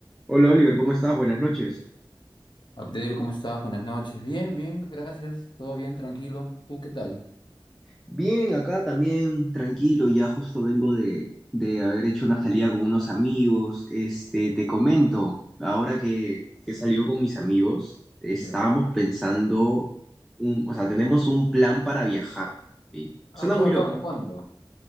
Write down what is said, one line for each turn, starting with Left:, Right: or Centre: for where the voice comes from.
Centre: Hola Oliver, ¿cómo estás? Buenas noches.
Left: Abdel, ¿cómo estás? Buenas noches. Bien, bien, gracias. Todo bien, tranquilo. ¿Tú qué tal?
Centre: Bien, acá también tranquilo, ya justo vengo de, de haber hecho una salida con unos amigos. Este, te comento, ahora que, que salió con mis amigos, estábamos
Left: Ya.
Centre: pensando, un- o sea, tenemos un plan para viajar. ¿sí? Suena
Left: Ah, qué
Centre: muy
Left: bacano.
Centre: loco.
Left: ¿Cuándo?